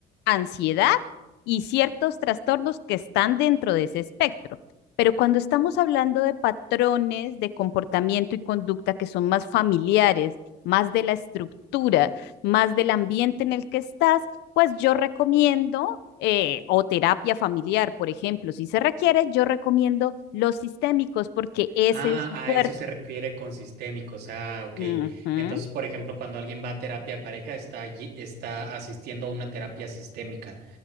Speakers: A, on the left (about 85°); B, on the right (about 75°).
A: ansiedad y ciertos trastornos que están dentro de ese espectro. Pero cuando estamos hablando de patrones de comportamiento y conducta que son más familiares, más de la estructura, más del ambiente en el que estás, pues yo recomiendo, eh, o terapia familiar, por ejemplo, si se requiere, yo recomiendo los sistémicos porque ese
B: Ah,
A: es
B: a
A: fuerte.
B: eso se refiere con sistémicos. Ah, ok.
A: Uh -huh.
B: Entonces, por ejemplo, cuando alguien va a terapia de pareja, está allí, está asistiendo a una terapia sistémica.